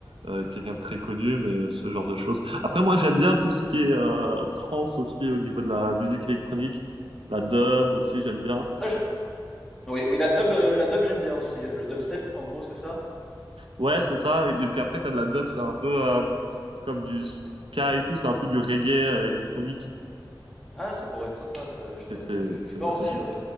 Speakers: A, on the right; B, in the centre.
A: Euh, quelqu'un de très connu, mais euh, ce genre de choses. Après, moi, j'aime bien tout ce qui est euh, trance aussi au niveau de la musique électronique. La dub aussi, j'aime bien.
B: Ça, je... Oui, oui, la dub, euh, la dub, j'aime bien aussi. Euh, Le dubstep, en gros, c'est ça?
A: Ouais, c'est ça. Et puis après, t'as de la dub, c'est un peu euh, comme du ska et tout, c'est un peu du reggae euh, électronique.
B: Ah, ça pourrait être sympa, ça. Je dois,
A: Et c'est
B: je,
A: c'est
B: je
A: vrai.
B: me renseignerai.
A: Je-